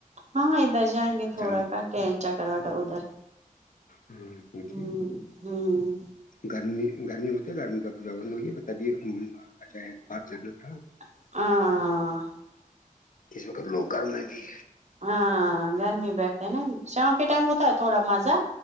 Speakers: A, on the right; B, on the left.
A: ہاں ادھر جائیں گے تھوڑا
B: چاہیے
A: کٹ اینچا کروا کرو ادھر
B: ہاں کیچ
A: ہمم ہمم
B: گرمی گرمی ہوتی ہے گرمی کاہ نہیں ہوگ ہے تبھی آجائے بار ضرور تھا
A: ہاں ہاں
B: اس وقت لوگ گرم میں بھی
A: ہاں گرمی بیٹھتے ہیں نا شام کے ٹائم ہوتا ہے تھوڑا مزہ